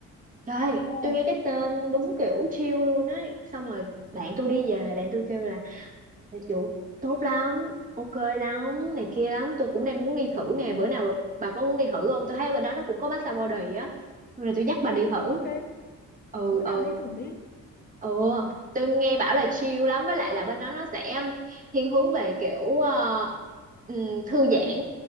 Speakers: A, on the right; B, on the left.
A: Trời,
B: ồ
A: tôi nghe cái tên đúng kiểu chill luôn ấy. Xong rồi bạn tôi đi về, bạn tôi kêu là Dạ chủ tốt lắm, ok lắm, này kia lắm, tôi cũng đang muốn đi thử nè,
B: ờ,
A: bữa nào bà, bà có muốn đi thử không? Tôi thấy bên đó nó cũng có massage body á, rồi tôi dắt bà đi thử.
B: ok
A: Ừ
B: bữa
A: ừ
B: nào đi thử đi
A: Ừ, tôi nghe bảo là chill lắm với lại là bên đó nó sẽ thiên hướng về kiểu ờ, ừm, thư giãn